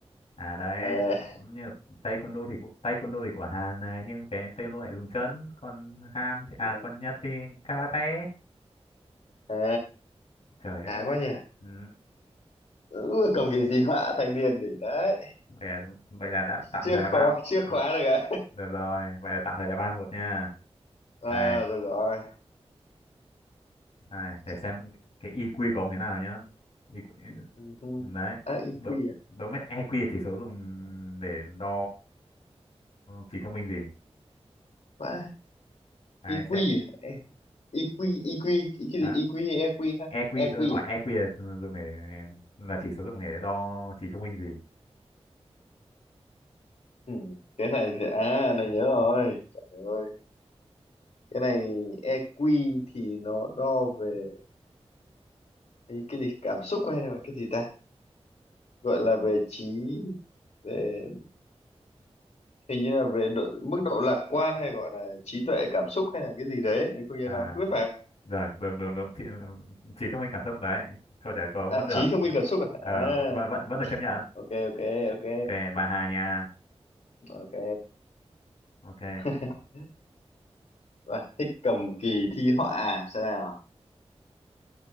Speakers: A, on the left; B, on the left.
A: À đấy,
B: à,
A: như là taekwondo thì của- taekwondo thì của Hàn này, nhưng cái taekwondo lại dùng chân, còn Hàn thì à
B: <laughs> ừ.
A: còn Nhật thì karate.
B: à,
A: Trời
B: khá
A: ơi.
B: quá nhỉ
A: Ừ,
B: ừ, cầm kỳ di họa thanh niên đỉnh đấy
A: vậy là, vậy là đã tạm
B: chưa
A: thời
B: khó
A: là ba.
B: chưa
A: ờ,
B: khóa được à,
A: Được rồi, vậy là tạm thời là ba một nha.
B: <laughs> à
A: Đây.
B: rồi rồi
A: này
B: à,
A: để
B: chà.
A: xem cái cái EQ của ông thế nào nhá EQ,
B: Ừ. hừ.
A: đấy
B: à EQ
A: độ
B: à
A: độ mét EQ là chỉ số dùng để đo trí thông minh gì
B: Vãi.
A: đấy
B: EQ
A: sẽ
B: à Ê, EQ EQ EQ
A: à,
B: EQ hay EQ ha
A: EQ
B: EQ
A: tôi hỏi
B: à
A: EQ là dùng để là chỉ số dùng để đo trí thông minh gì
B: ừ. cái này thì à này nhớ rồi trời ơi cái này EQ thì nó đo về cái, cái gì cảm xúc hay là cái gì ta gọi là về trí về hình như là về độ, mức độ lạc quan hay gọi là trí tuệ cảm xúc hay là cái gì đấy
A: à,
B: mình không
A: à
B: nhớ lắm không biết phải không?
A: được được được, được. Trí, trí thông minh cảm xúc đấy câu trả lời của ông
B: à
A: vẫn được
B: trí thông minh cảm xúc à, à
A: Ờ, vẫn vẫn vẫn được chấp nhận
B: ok ok ok
A: ok bà Hà nha
B: ok
A: ok
B: <laughs> Và thích cầm kỳ thi họa à? xem nào